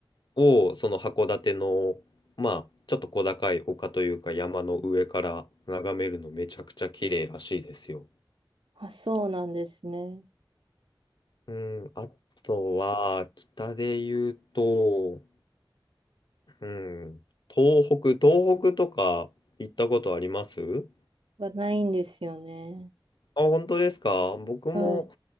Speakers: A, on the left; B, on the right.
A: を、その函館の、まあ、ちょっと小高い丘というか山の上から眺めるのめちゃくちゃ綺麗らしいですよ。
B: あ、そうなんですね。
A: うん、あとは、北で言うと、うん、東北、東北とか行ったことあります
B: はないんですよね。
A: あ、本当ですか僕も
B: はい。